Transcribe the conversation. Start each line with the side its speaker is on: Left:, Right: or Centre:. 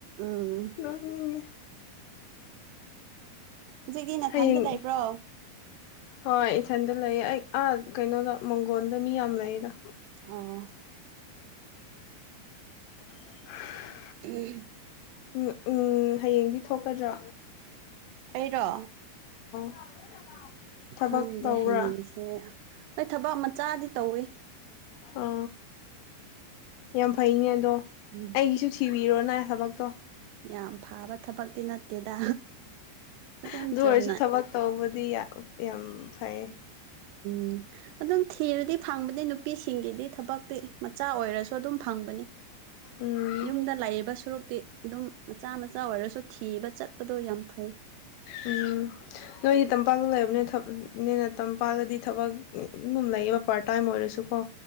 Right: ꯎꯝ
Left: ꯅꯣꯛꯅꯤꯡꯉꯦ
Right: ꯍꯧꯖꯤꯛꯀꯤ ꯅꯥꯊꯟꯗ
Left: ꯍꯌꯦꯡ
Right: ꯂꯩꯕ꯭ꯔꯣ
Left: ꯍꯣꯏ ꯏꯊꯟꯗ ꯂꯩꯌꯦ ꯑꯩ ꯑꯥ ꯀꯩꯅꯣꯗ ꯃꯪꯒꯣꯟꯗ ꯃꯤ ꯌꯥꯝ ꯂꯩꯗ
Right: ꯑꯣ
Left: ꯎ
Right: ꯎꯝ
Left: ꯎꯝ ꯎꯝ ꯍꯌꯦꯡꯗꯤ ꯊꯣꯛꯀꯗ꯭ꯔꯥ
Right: ꯑꯩꯔꯣ
Left: <unintelligible> ꯊꯕꯛ
Right: ꯈꯪꯗꯦ
Left: ꯇꯧꯕ꯭ꯔꯥ
Right: ꯍꯌꯦꯡꯁꯦ ꯍꯣꯏ ꯊꯕꯛ ꯃꯆꯥꯗꯤ ꯇꯧꯋꯤ
Left: ꯑ ꯌꯥꯝ ꯐꯩꯅꯦ ꯑꯗꯣ
Right: ꯎꯝ
Left: ꯑꯩꯒꯤꯁꯨ ꯊꯤꯕ ꯕꯤꯔꯣꯅ ꯁꯃꯛ ꯇꯣ
Right: ꯌꯥꯝ ꯐꯕ ꯊꯕꯛꯇꯤ ꯅꯠꯇꯦꯗ ꯑꯗꯨꯝ
Left: ꯑꯗꯨ
Right: ꯆꯨꯝꯅ
Left: ꯑꯣꯏꯔꯁꯨ ꯊꯕꯛ ꯇꯧꯕꯗꯤ ꯌꯥꯝ ꯐꯩ
Right: ꯎꯝ ꯑꯗꯨꯝ ꯊꯤꯔꯗꯤ ꯐꯪꯕꯅꯤ ꯅꯨꯄꯤꯁꯤꯡꯒꯤꯗꯤ ꯊꯕꯛꯇꯤ ꯃꯆꯥ ꯑꯣꯏꯔꯁꯨ ꯑꯗꯨꯝ ꯐꯪꯕꯅꯤ
Left: ꯎꯝ
Right: ꯌꯨꯝꯗ ꯂꯥꯛꯏꯕ ꯁꯨꯔꯨꯛꯇꯤ ꯑꯗꯨꯝ ꯃꯆꯥ ꯃꯆꯥ ꯑꯣꯏꯔꯁꯨ ꯊꯤꯕ ꯆꯠꯄꯗꯣ ꯌꯥꯝ ꯐꯩ
Left: ꯎꯝ ꯅꯣꯏꯒꯤ ꯇꯝꯄꯥꯛꯇ ꯂꯩꯔꯕꯅꯦꯕꯅꯦ ꯃꯇꯝ ꯄꯥꯡꯂꯗꯤ ꯊꯕꯛ ꯑꯗꯨꯝ ꯂꯩꯌꯦꯕ ꯄꯥꯔꯠ ꯇꯥꯏꯝ ꯑꯣꯏꯔꯁꯨꯀꯣ